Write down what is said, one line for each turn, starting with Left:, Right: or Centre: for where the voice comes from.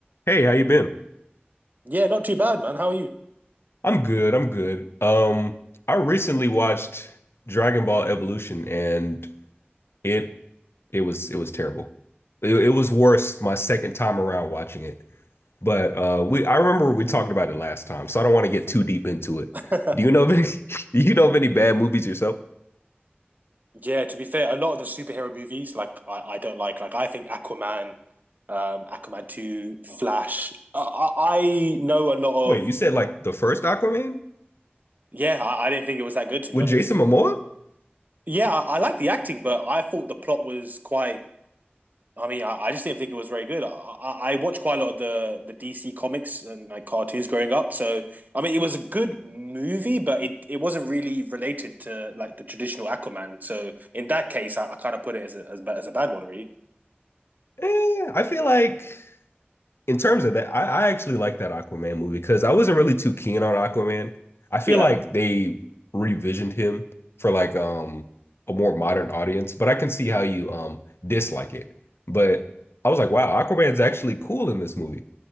Left: Hey, how you been?
Right: Yeah, not too bad, man. How are you?
Left: I'm good. I'm good. Um, I recently watched Dragon Ball Evolution and it it was it was terrible. It, it was worse my second time around watching it. But uh we I remember we talked about it last time, so I don't want to get too deep into it.
Right: <laughs>
Left: Do you know of any <laughs> do you know of any bad movies yourself?
Right: Yeah, to be fair, a lot of the superhero movies, like I, I don't like. Like I think Aquaman, um, Aquaman 2, Flash. I, I I know a lot
Left: Wait,
Right: of.
Left: you said like the first Aquaman
Right: Yeah, I, I didn't think it was that good, to
Left: with
Right: be honest.
Left: Jason Momoa?
Right: Yeah, I, I like the acting, but I thought the plot was quite I mean, I, I just didn't think it was very good. I, I I watched quite a lot of the the DC comics and like cartoons growing up, so I mean, it was a good movie, but it, it wasn't really related to like the traditional Aquaman. So in that case, I, I kind of put it as a, as, ba- as a bad one, really.
Left: Eh, I feel like in terms of that, I, I actually like that Aquaman movie because I wasn't really too keen on Aquaman. I feel
Right: Yeah,
Left: like they revisioned him for like um a more modern audience, but I can see how you um dislike it. But I was like, wow, Aquaman's actually cool in this movie.